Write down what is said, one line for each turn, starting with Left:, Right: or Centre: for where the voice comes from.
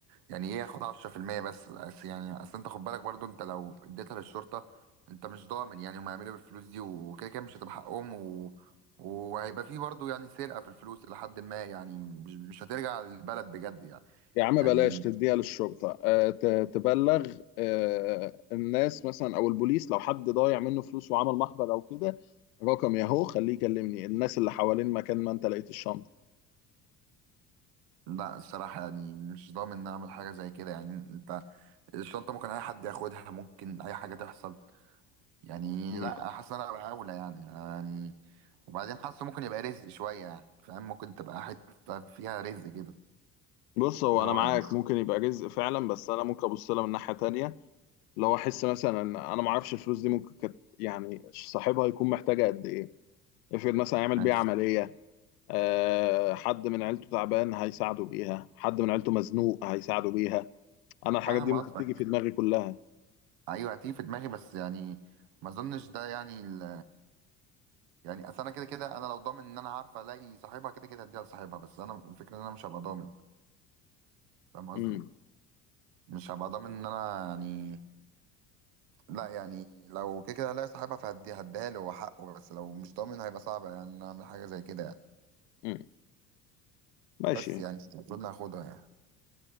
Right: يعني إيه ياخد 10% بس بس يعني أصل أنت خد بالك برضو أنت لو اديتها للشرطة أنت مش ضامن يعني هم هيعملوا إيه بالفلوس دي وكده كده مش هتبقى حقهم و... وهيبقى في برضو يعني سرقة في الفلوس لحد ما يعني مش مش هترجع للبلد بجد يعني
Left: يا عم
Right: يعني
Left: بلاش تديها للشرطة آه، ت- تبلغ آه، الناس مثلا او البوليس لو حد ضايع منه فلوس وعمل محضر او كده رقم ياهو خليه يكلمني الناس اللي حوالين مكان ما انت لقيت الشنطة
Right: لا الصراحة يعني مش ضامن إن أنا أعمل حاجة زي كده يعني أنت الشنطة ممكن أي حد ياخدها ممكن أي حاجة تحصل يعني
Left: مم.
Right: لا حاسس إن أنا أبقى أولى يعني يعني وبعدين حاسه ممكن يبقى رزق شوية يعني فاهم ممكن تبقى حتة فيها رزق كده
Left: بص هو
Right: اللي
Left: انا
Right: هو
Left: معاك
Right: يعني
Left: ممكن يبقى رزق فعلا بس انا ممكن ابص لها من ناحية تانية لو احس مثلا ان انا ما اعرفش الفلوس دي ممكن كانت يعني صاحبها يكون محتاجة قد ايه افرض مثلا يعمل
Right: ماشي
Left: بيها عملية آه، حد من عيلته تعبان هيساعده بيها حد من عيلته مزنوق هيساعده بيها انا الحاجات
Right: فاهم
Left: دي ممكن
Right: قصدك
Left: تيجي في دماغي كلها
Right: أيوة هتيجي في دماغي بس يعني ما أظنش ده يعني ال... يعني أصل أنا كده كده أنا لو ضامن إن أنا عارف ألاقي صاحبها كده كده هديها لصاحبها بس أنا الفكرة إن أنا مش هبقى ضامن فاهم قصدي؟
Left: امم
Right: مش هبقى ضامن إن أنا يعني لا يعني لو كده كده هلاقي صاحبها فهدي هديها له هو حقه بس لو مش ضامن هيبقى صعب يعني إن أنا اعمل حاجه زي كده يعني
Left: امم ماشي
Right: بس يعني المفروض إني هاخدها يعني